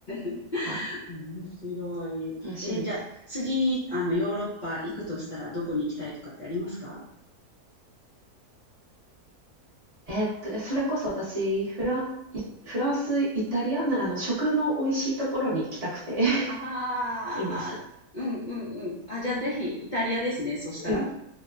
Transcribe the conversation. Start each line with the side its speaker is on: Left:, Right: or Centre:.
Left: <laughs>
Right: はい。
Left: 面白い。
Right: 面白いです。
Left: えーじゃあ次、あの、ヨーロッパ行くとしたらどこに行きたいとかってありますか
Right: うんえーっと、それこそ私、フラン、いフランス、イタリア、なあの、食の美味しいところに行きたくて
Left: ああー、
Right: <laughs> います。
Left: うんうんうん。あ、じゃあぜひイタリアですね。そしたら。
Right: うん。